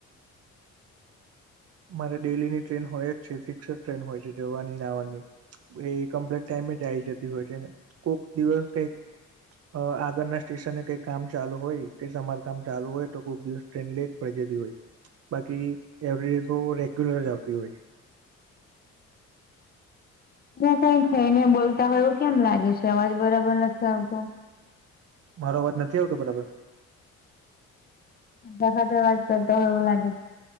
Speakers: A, on the right (about 55°); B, on the left (about 30°).
A: મારે ડેલી ની ટ્રેન હોય જ છે ફિક્સ ટ્રેન હોય છે જવાની આવવાની એ કમ્પ્લિટ ટાઈમે જ આવી જતી હોય છેને કોઈક દિવસ કઈક અ આગળના સ્ટેશન ને કઈ કામ ચાલુ હોય તે સમારકામ ચાલુ હોય તો કોક દિવસ ટ્રેન લે પડી જતી હોય બાકી એવરી ડે તો રેગ્યુલર જ આવતી હોય.
B: ના કઈ ખઈ ને બોલતા હોયવું કેમ લાગે છે અવાજ બરાબર નથી આવતો
A: મારો અવાજ નથી આવતો બરાબર
B: બધા સાથે વાત કરતો હોય એવું લાગે છ.